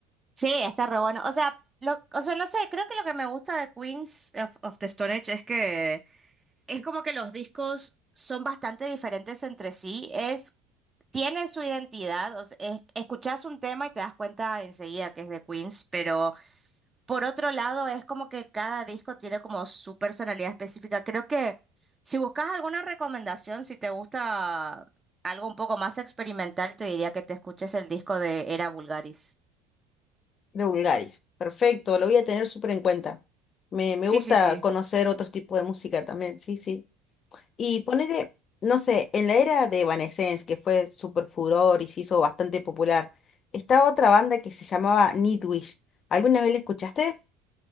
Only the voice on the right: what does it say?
sí, está re bueno. O sea, lo, o sea, no sé, creo que lo que me gusta de Queens of, of the Stone Age es que Es como que los discos son bastante diferentes entre sí. Es, tienen su identidad. O sea, es- escuchás un tema y te das cuenta enseguida que es de Queens, pero por otro lado es como que cada disco tiene como su personalidad específica. Creo que si buscas alguna recomendación, si te gusta algo un poco más experimental, te diría que te escuches el disco de Era Vulgaris.
Sí,
sí, sí.